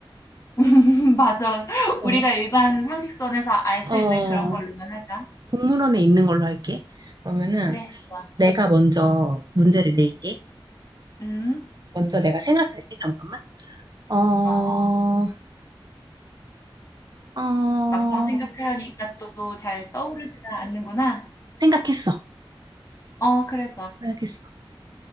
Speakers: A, on the left; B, on the right.
A: <laughs> 맞아.
B: <laughs>
A: 우리가 일반 상식선에서 알 수
B: 어, 어,
A: 있는 그런 걸로만 하자.
B: 동물원에 있는 걸로 할게. 그러면은
A: 그래, 좋아.
B: 내가 먼저 문제를 낼게.
A: 음.
B: 먼저 내가 생각할게. 잠깐만. 어, 어,
A: 어,
B: 어.
A: 막상 생각하려니까 또 잘 떠오르지가 않는구나.
B: 생각했어.
A: 어, 그래, 좋아.
B: 생각했어.